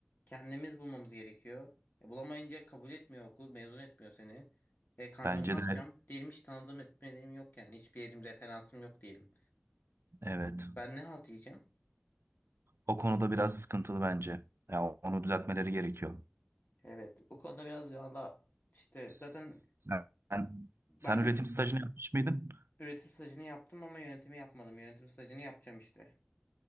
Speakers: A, on the left (about 50°); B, on the right (about 85°).
A: kendimiz bulmamız gerekiyor. E, bulamayınca kabul etmiyor okul, mezun etmiyor seni. E kanka
B: Bence
A: ne yapacağım?
B: de
A: Diyelim hiç tanıdığım etmediğim yok yani. Hiçbir yerim referansım yok diyelim.
B: evet.
A: Ben ne halt yiyeceğim?
B: O konuda biraz sıkıntılı bence. Ya onu düzeltmeleri gerekiyor.
A: Evet, o konuda biraz valla işte
B: Sen,
A: zaten ben
B: sen üretim
A: bir
B: stajını yapmış mıydın?
A: üretim stajını yaptım ama yönetimi yapmadım. Yönetim stajını yapacağım işte.